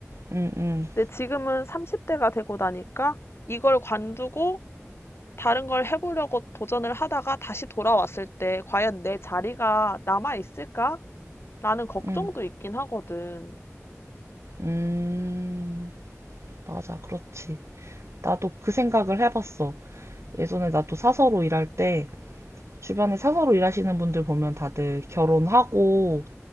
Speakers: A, on the right; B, on the left.
A: 음, 음,
B: 근데 지금은 30대가 되고 나니까 이걸 관두고 다른 걸 해 보려고 도전을 하다가 다시 돌아왔을 때 '과연 내 자리가 남아 있을까?'라는 걱정도
A: 음,
B: 있긴 하거든.
A: 음, 맞아, 그렇지. 나도 그 생각을 해봤어. 예전에 나도 사서로 일할 때 주변에 사서로 일하시는 분들 보면 다들 결혼하고